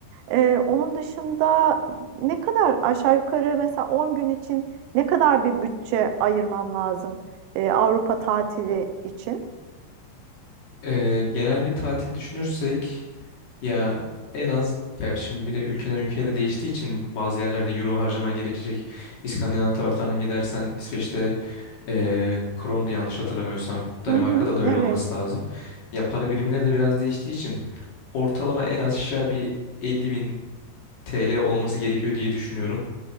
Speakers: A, on the right (about 80°); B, on the left (about 50°).
A: E, onun dışında ne kadar aşağı yukarı mesela 10 gün için ne kadar bir bütçe ayırmam lazım e, Avrupa tatili için?
B: Ee, genel bir tatil düşünürsek Ya en az ya şimdi bir de ülkeden ülkeye de değiştiği için bazı yerlerde euro harcaman gerekecek. İskandinav taraflarına gidersen İsveç'te eee krondu yanlış hatırlamıyorsam. Danimarka'da
A: Hı hı,
B: da
A: evet.
B: öyle olması lazım. Ya para birimleri de biraz değiştiği için ortalama en az aşağı bir 50 bin TL olması gerekiyor diye düşünüyorum.